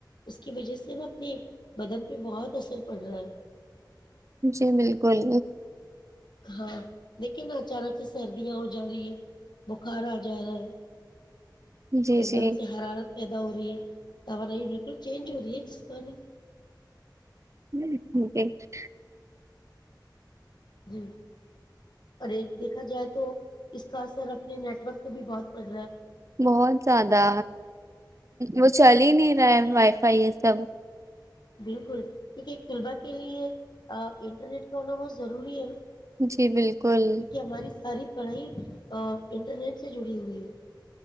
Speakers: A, on the left (about 70°); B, on the right (about 40°).
A: اس کی وجہ سے نا اپنی بدن پہ بہت اثر پڑ رہا ہے
B: جی بالکل
A: ہاں لیکن اچانک سے سردیاں ہو جا رہی ہے بخار آ جا رہا ہے
B: جی
A: ایک
B: جی
A: دم سے حرارت پیدا ہو رہی ہے تو نہیں بالکل چینج ہو رہی ہے جسمانی
B: ہ
A: جی اور ایک دیکھا جائے تو اس کا اثر اپنے نیٹورک پہ بھی بہت پڑ رہا ہے
B: بہت زیادہ وہ چل ہی نہیں رہا وائی فائی یہ سب
A: بالکل کیونکہ ایک طلباء کے لیے انٹرنیٹ کا ہونا بہت ضروری ہے نا
B: جی بالکل
A: کیونکہ ہماری ساری پڑھائی انٹرنیٹ سے جڑی ہوئی ہے